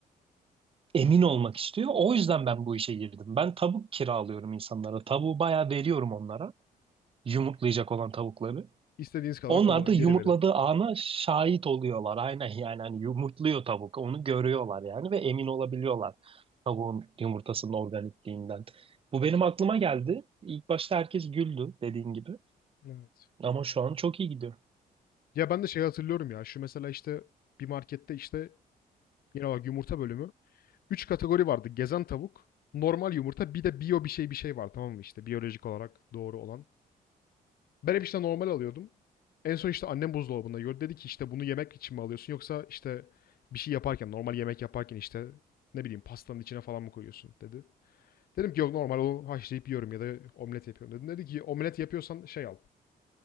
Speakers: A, on the right; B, on the left.
A: emin olmak istiyor. O yüzden ben bu işe girdim. Ben tavuk kiralıyorum insanlara. Tavuğu bayağı veriyorum onlara. yumurtlayacak
B: Aynen.
A: olan tavukları.
B: İstediğiniz kadar
A: Onlar
B: kullanın
A: da yumurtladığı
B: geri verin.
A: ana şahit oluyorlar. Aynen yani hani yumurtluyor tavuk. Onu görüyorlar yani ve emin olabiliyorlar tavuğun yumurtasının organikliğinden. Bu benim aklıma geldi. İlk başta herkes güldü dediğin gibi.
B: Evet.
A: Ama şu an çok iyi gidiyor.
B: Ya ben de şey hatırlıyorum ya. Şu mesela işte bir markette işte yine bak yumurta bölümü. üç kategori vardı. Gezen tavuk, normal yumurta, bir de biyo bir şey bir şey var tamam mı işte biyolojik olarak doğru olan. Ben hep işte normal alıyordum. En son işte annem buzdolabında gördü. Dedi ki işte bunu yemek için mi alıyorsun yoksa işte bir şey yaparken normal yemek yaparken işte ne bileyim pastanın içine falan mı koyuyorsun dedi. Dedim ki yok normal onu haşlayıp yiyorum ya da omlet yapıyorum dedim. Dedi ki omlet yapıyorsan şey al.